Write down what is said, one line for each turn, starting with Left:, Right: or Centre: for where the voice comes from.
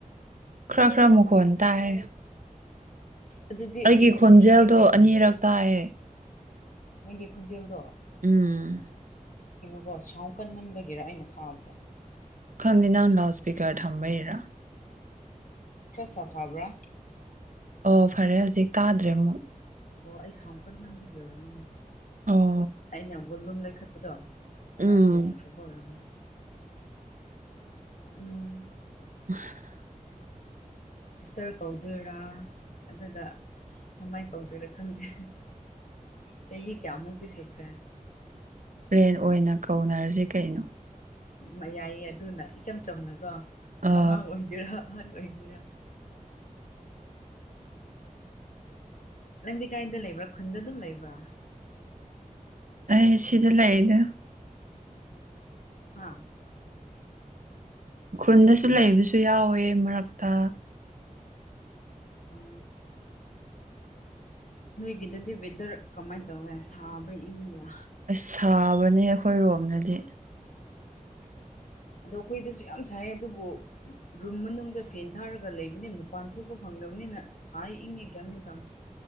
Right: ꯈꯔꯥ ꯈꯔꯥ ꯃꯈꯣꯜ ꯇꯥꯏ
Left: ꯑꯗꯨꯗꯤ
Right: ꯑꯩꯒꯤ
Left: ꯁꯤ
Right: ꯈꯣꯟꯖꯦꯜꯗꯣ
Left: ꯏꯁꯤꯡ
Right: ꯑꯅꯤꯔꯛ ꯇꯥꯏꯌꯦ
Left: ꯅꯪꯒꯤ ꯈꯣꯟꯖꯦꯜꯗꯣ
Right: ꯎꯝ
Left: ꯀꯣ ꯁꯥꯎ ꯀꯟꯃꯟꯕꯒꯤꯔ ꯑꯩꯅ ꯊꯥꯕꯗꯣ
Right: ꯈꯟꯗꯅ ꯂꯥꯎꯁꯄꯤꯀꯔ ꯊꯝꯕꯥꯩꯔ
Left: <inaudible>
Right: ꯑꯣ ꯐꯔꯦ ꯍꯧꯖꯤꯛ ꯇꯥꯗ꯭ꯔꯦ ꯑꯃꯨꯛ
Left: ꯑꯣ ꯑꯩ ꯁꯥꯎ ꯀꯟꯃꯟꯕꯒꯤ ꯑꯣꯏꯔꯝ
Right: ꯑꯣ
Left: ꯑꯩꯅ ꯕꯣꯂꯨꯝ ꯂꯩꯈꯠꯄꯗꯣ ꯐ꯭ꯔꯥꯍꯤ
Right: ꯎꯝ
Left: ꯈ꯭ꯔꯕ ꯑꯣꯏꯔꯝ ꯎꯝ
Right: <inaudible>
Left: ꯁꯤꯁꯇꯔ ꯀꯧꯗꯣꯏꯔꯥ ꯑꯗꯨꯒ ꯀꯃꯥꯏ ꯇꯧꯗꯣꯏꯔꯥ ꯈꯡꯗꯦ ꯆꯍꯤ ꯀꯌꯥꯃꯨꯛꯛꯇꯤ ꯁꯈ꯭ꯔꯦ
Right: ꯔꯦꯟ ꯑꯣꯏꯅ ꯀꯧꯅꯔꯁꯤ ꯀꯩꯅꯣ
Left: ꯃ ꯌꯥꯏꯌꯦ ꯑꯗꯨꯅ ꯏꯆꯝ ꯆꯝꯅꯀꯦ ꯑꯉꯥꯡ ꯊꯣꯅꯥꯑꯣ
Right: ꯑ
Left: ꯑꯣꯏꯍꯟꯒꯦꯔꯥ ꯑꯍꯟ ꯑꯣꯏꯒꯔꯥ ꯅꯡꯗꯤ ꯀꯥꯏꯗ ꯂꯩꯕ꯭ꯔꯥ ꯈꯨꯟꯗ ꯑꯗꯨꯝ ꯂꯩꯕ꯭ꯔꯥ
Right: ꯑꯩ ꯁꯤꯗꯂꯑꯩꯗ
Left: ꯍꯥ
Right: ꯈꯨꯟꯗꯁꯨ ꯂꯩꯕꯁꯨ ꯌꯥꯎꯋꯦ ꯃꯔꯛꯇ
Left: ꯑꯣ ꯅꯣꯏꯒꯤꯗꯗꯤ ꯋꯦꯗꯔ ꯀꯃꯥꯏꯅ ꯇꯧꯋꯦ ꯁꯥꯕ꯭ꯔꯥ ꯏꯡꯕ꯭ꯔꯥ
Right: ꯑꯁ ꯁꯥꯕꯅꯦ ꯑꯩꯈꯣꯏ ꯔꯣꯝꯗꯗꯤ
Left: <inaudible> ꯑꯗꯣ ꯑꯩꯈꯣꯏꯗꯁꯨ ꯌꯥꯝ ꯁꯥꯏ ꯑꯗꯨꯕꯨ ꯔꯨꯝ ꯃꯅꯨꯡꯗ ꯐꯦꯟ ꯊꯥꯔꯒ ꯂꯩꯕꯅꯦ ꯃꯄꯥꯟ ꯊꯣꯛꯄ ꯐꯡꯗꯕꯅꯤꯅ ꯁꯥꯏ ꯏꯉꯦ ꯒꯌꯥꯃꯤꯟ ꯇꯥꯟꯁꯦ